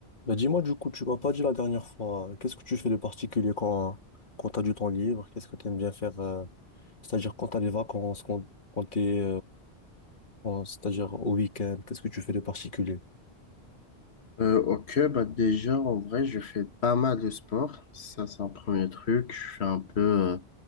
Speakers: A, on the left (about 50°); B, on the left (about 80°).
A: Bah dis-moi du coup, tu m'as pas dit la dernière fois, euh, qu'est-ce que tu fais de particulier quand, quand tu as du temps libre? Qu'est-ce que tu aimes bien faire? euh, c'est-à-dire quand tu as des vacances, quand, quand tu es, c'est-à-dire au week-end, qu'est-ce que tu fais de particulier?
B: Euh, ok, bah déjà, en vrai, je fais pas mal de sport. Ça, c'est un premier truc. Je fais un peu euh,